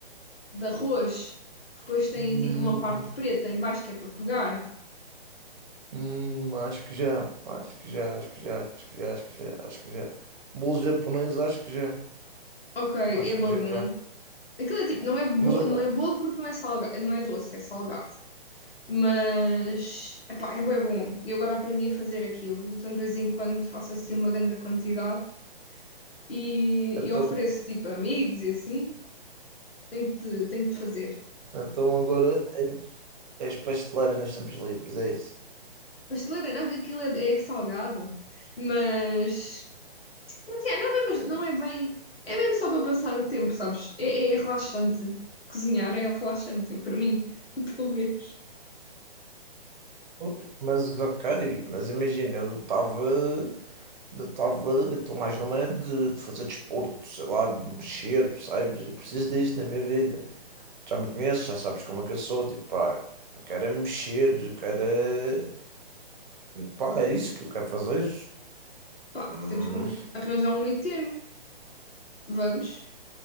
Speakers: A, on the left; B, on the right.
A: de arroz, que depois têm
B: Hum,
A: tipo uma parte preta em baixo que é para pegar.
B: hum, acho que já, acho que já, acho que já, acho que já, acho que já, acho que já. Bolo japonês, acho que já,
A: Ok, é
B: acho
A: bué
B: que já.
A: bom. Aquilo é tipo, não é, bo
B: Mas o
A: não
B: quê?
A: é bolo porque não é salgado, não é doce, é salgado. Mas, epá, é bué bom. Eu agora aprendi a fazer aquilo, então de vez em quando faço assim uma grande quantidade. e,
B: Então,
A: e ofereço tipo a amigos e assim, tenho que te, tenho que te fazer.
B: então agora é, és pasteleira nos tempos livres, é isso.
A: Pasteleira não, que aquilo é, é salgado, mas mas, yeah, não, é bem, pas- não é bem, é mesmo só para passar o tempo, sabes? É, é relaxante. Cozinhar é relaxante, eu- para mim, <laughs> pelo menos.
B: Pois. Mas ok, mas imagina, eu estava, eu estava, eu estou mais numa de, de fazer desporto, sei lá, de mexer, percebes? Eu preciso disto na minha vida. já me conheces, já sabes como é que eu sou, tipo, pá, quero é mexer, quero é- pá, é isso que eu quero fazer.
A: Pá,
B: Hum,
A: podemos con- arranjar um meio termo. Vamos,